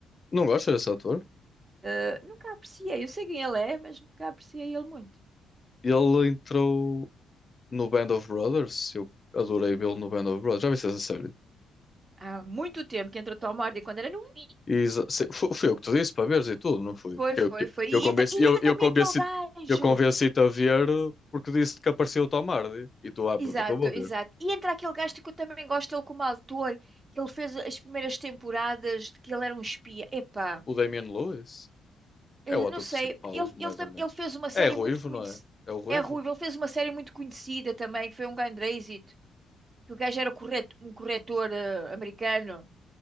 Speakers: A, on the left; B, on the right.
A: Não gosto desse ator?
B: Ah, nunca apreciei, eu sei quem ele é, mas nunca apreciei ele muito.
A: Ele entrou no Band of Brothers. Eu adorei vê-lo no Band of Brothers. Já viste essa série?
B: Há muito tempo que entrou Tom Hardy quando era novinho.
A: E exa- se- fo- foi eu que te disse para veres e tudo, não foi?
B: Foi,
A: Eu,
B: foi,
A: que-
B: foi.
A: eu,
B: E
A: convenci,
B: entra, e
A: eu,
B: entra
A: eu
B: também
A: convenci,
B: aquele gajo.
A: eu convenci-te a ver porque disse que apareceu o Tom Hardy. E tu, ah,
B: Exato,
A: pronto, então vou
B: exato.
A: ver.
B: E entra aquele gajo que eu também gosto dele como autor, que ele fez as primeiras temporadas, de que ele era um espia. Epá,
A: O Damian Lewis
B: eh,
A: é o ator
B: não sei.
A: principal,
B: Ele,
A: mais
B: ele, tam-
A: ou menos.
B: ele fez uma série
A: É ruivo,
B: muito conhecida.
A: não é? É o ruivo?
B: É ruivo, ele fez uma série muito conhecida também, que foi um grande êxito. Que o gajo era correto, um corretor eh, americano.